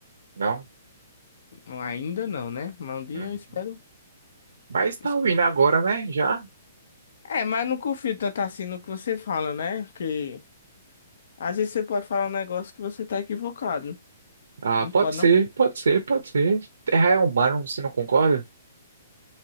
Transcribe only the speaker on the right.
Não?
Uhum.
Mas tá
ouvindo agora, né? Já?
Ah,
pode
ser,
pode ser, pode ser. Terra é humano, você não concorda?